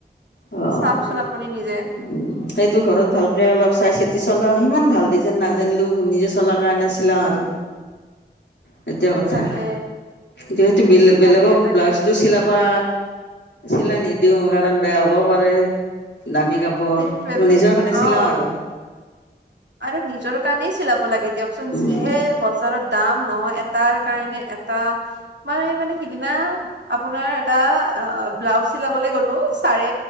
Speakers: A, on the left; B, on the right.
A: অ উ
B: চাওকচোন আপুনি নিজে
A: সেইটো ঘৰত ভালকে অলপ চাই চি চলাওঁ সিমান ভাল ডিজাইন নাজানিলো নিজে চলাৰ কাৰণে চিলাও আৰু সেইটোয়ে কথা,
B: তাকে
A: যহেতু বেলে বেলেগক
B: তাকে তাকে
A: ব্লাউজটো চিলাবা চিলাই নিদিওঁ কাৰণ বেয়া হ'ব পাৰে। দামী কাপোৰ
B: সেইটোৱে
A: কিন্তু
B: বে-
A: নিজৰ কাৰণে
B: অ
A: চিলাওঁ
B: অ
A: আৰু।
B: আৰু নিজৰ কাৰণেই চিলাব লাগে দিয়কচোন
A: উম,
B: যিহে বজাৰত দাম। নহয় এটাৰ কাৰণে এটা মাৰ এই মানে সিদিনা আপোনাৰ এটা অ ব্লাউজ চিলাবলৈ গলো চাৰে